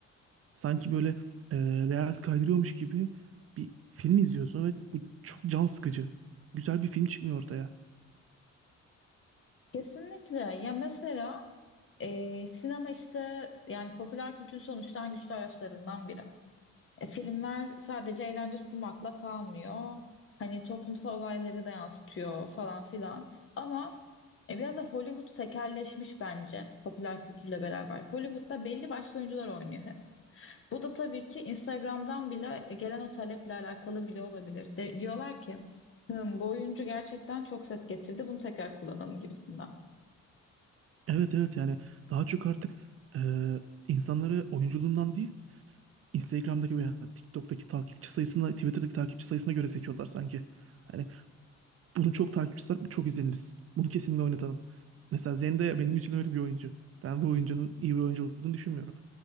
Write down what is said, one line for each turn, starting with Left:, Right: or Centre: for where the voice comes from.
Right: Sanki böyle e, reels kaydırıyormuş gibi bir film izliyorsun ve bu çok can sıkıcı. Güzel bir film çıkmıyor ortaya.
Left: Kesinlikle. Ya mesela e, sinema işte yani popüler kültürün sonuçta en güçlü araçlarından biri. E, filmler sadece eğlence sunmakla kalmıyor. Hani toplumsal olayları da yansıtıyor falan filan. Ama e, biraz da Hollywood tekelleşmiş bence popüler kültürle beraber. Hollywood'da belli başlı oyuncular oynuyor. Bu da tabii ki Instagram'dan bile e, gelen o taleple alakalı bile olabilir. De- diyorlar ki "Hım, bu oyuncu gerçekten çok ses getirdi bunu tekrar kullanalım gibisinden.
Right: Evet evet yani daha çok artık e, insanları oyunculuğundan değil Instagram'daki veya TikTok'taki takipçi sayısına, Twitter'daki takipçi sayısına göre seçiyorlar sanki. Hani Bunu çok takipçisi var, çok izleniriz. Bunu kesinlikle oynatalım. Mesela Zendaya benim için öyle bir oyuncu. Ben bu oyuncunun iyi bir oyuncu olduğunu düşünmüyorum.